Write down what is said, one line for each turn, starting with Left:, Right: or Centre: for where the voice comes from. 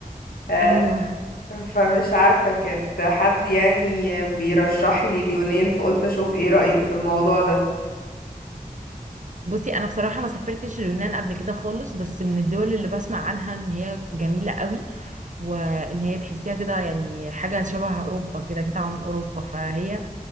Left: آه،
Right: ايوه
Left: فمش عارفة كانت حد يعني بيرشح لي اليونان فقلت اشوف ايه رأيك في الموضوع ده
Right: بصي انا بصراحة ما سافرتش اليونان قبل كده خالص بس من الدول اللي بسمع عنها ان هي جميلة قوي وان هي تحسيها كده يعني حاجة شبه اوروبا كده كده من اوروبا فهي